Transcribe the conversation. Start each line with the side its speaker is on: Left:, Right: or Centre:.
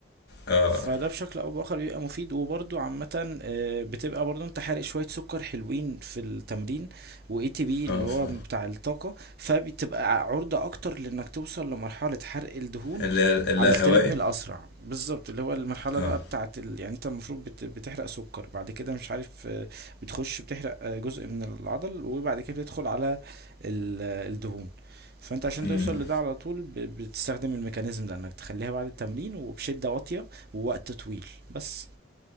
Left: اه
Right: فده بشكل او باخر بيبقى مفيد وبرده عامه آه، بتبقى برده انت حارق شويه سكر حلوين في التمرين واي تي بي اللي
Left: اه
Right: هو
Left: ف
Right: بتاع الطاقه فبتبقى عرضه اكتر لانك توصل لمرحله حرق الدهون
Left: اللا اللاهوائي
Right: على التريدميل اسرع بالظبط اللي هو المرحله
Left: اه
Right: بقى بتاعه ال... يعني انت المفروض بت... بتحرق سكر بعد كده مش عارف آه، بتخش بتحرق آه، جزء من العضل وبعد كده بتدخل على ال... آه، الدهون فانت عشان
Left: امم
Right: توصل لده على طول ب... بتستخدم الميكانيزم ده انك تخليها بعد التمرين وبشده واطيه ووقت طويل بس